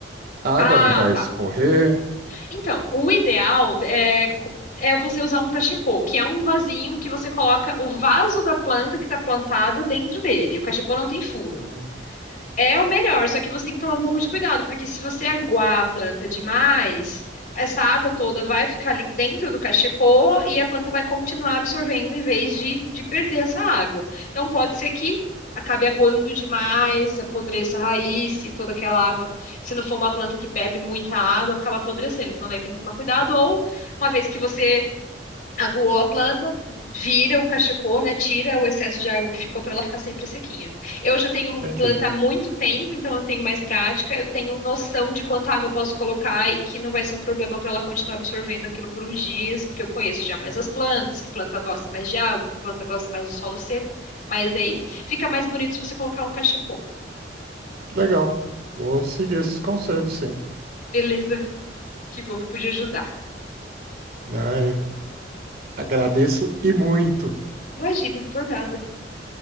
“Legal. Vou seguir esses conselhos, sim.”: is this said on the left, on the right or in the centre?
Right